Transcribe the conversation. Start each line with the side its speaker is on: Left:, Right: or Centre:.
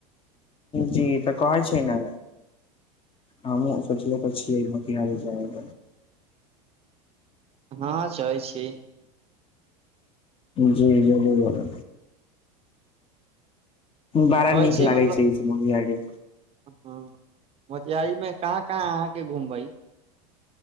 Left: जी त कहइ छै ने हमू सोचले तऽ छियै मोतिहारी जायल
Right: हँ चैल छी
Left: जी जरूर बड़ा
Right: कहै
Left: नीक
Right: छी
Left: लागै
Right: मतलब
Left: छै मोतिहारी
Right: ह मोतिहारी मे कहाँ कहाँ अहाँके घुमबै